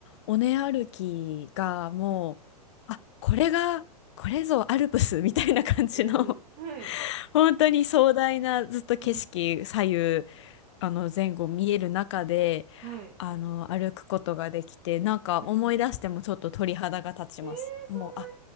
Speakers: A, on the left; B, on the right.
A: 尾根歩きがも
B: うん、
A: う、あ、これが、これぞアルプスみたいな感じの
B: うん、はい、
A: 本当に壮大なずっと景色左右
B: うん、
A: あの前後見える中で
B: はい、
A: あの歩くことができてなんか思い出してもちょっと鳥肌が立ちます。
B: うん、うんえー、
A: もうあ
B: そん